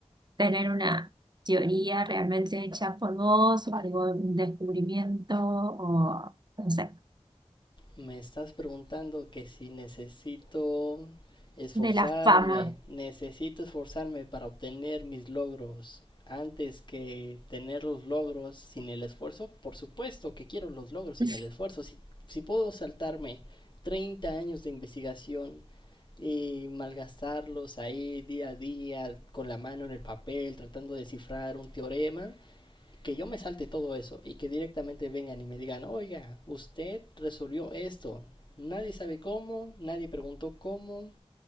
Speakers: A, on the right; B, on the left.
A: tener una teoría realmente hecha por vos, o algo, un descubrimiento, o no sé,
B: Me estás preguntando que si necesito esforzarme,
A: de la fama.
B: necesito esforzarme para obtener mis logros antes que tener los logros sin el esfuerzo. Por supuesto que quiero los logros sin
A: <laughs>
B: el esfuerzo. Si, si puedo saltarme 30 años de investigación y malgastarlos ahí día a día con la mano en el papel tratando de descifrar un teorema, que yo me salte todo eso y que directamente vengan y me digan, oiga, usted resolvió esto. Nadie sabe cómo, nadie preguntó cómo,